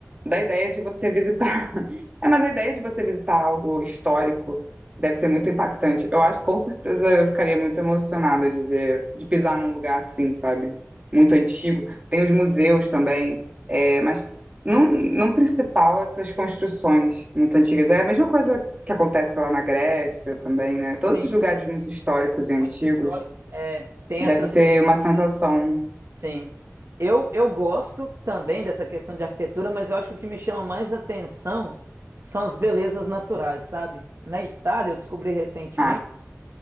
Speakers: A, on the right; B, on the right.
A: da ideia de você visitar. <laughs> É, mas a ideia de você visitar algo histórico deve ser muito impactante. Eu acho que com certeza eu ficaria muito emocionada de ver, de pisar num lugar assim, sabe? Muito antigo. Tem os museus também, é, mas não, não principal essas construções muito antigas. É a mesma coisa que acontece lá na Grécia também, né? Todos
B: sim,
A: os lugares
B: sim.
A: muito históricos e antigos
B: Muito históricos. É, tem
A: deve
B: essas
A: ser
B: estruturas,
A: uma sensação,
B: sim. Eu, eu gosto também dessa questão de arquitetura, mas eu acho que o que me chama mais atenção são as belezas naturais, sabe? Na Itália, eu descobri recentemente
A: ah,